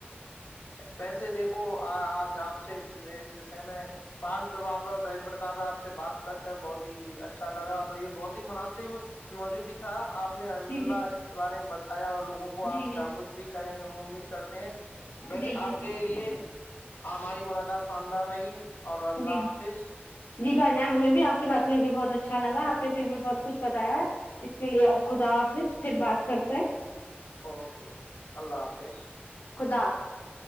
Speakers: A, on the left; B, on the left.
A: ویسے دیکھو آج آپ سے اس وشے میں بال ویوہ پر اور دش پرتاپ ہے آپ سے بات کر بہت ہی اچھا لگا اور یہ بہت ہی مناسب موضوع بھی تھا آپ نے احمد
B: جی
A: اللہ
B: جی
A: اس کے بارے میں بتایا اور لوگوں کو آپ
B: جی جی
A: جاگروک بھی کریں گے ہم امید کرتے ہیں ویسے
B: جی جی
A: آپ کے لیے ہماری ملاقات شاندار رہی اور اللہ
B: جی
A: حافظ
B: جی بھائی جان ہم بھی آپ سے بات کر کے بہت اچھا لگ آپ نے بھی ہمیں بہت کچھ بتایا ہے اس کے لیے اب خدا حافظ پھر بات کرتے ہے
A: اوکے اللہ حافظ
B: خدا حافظ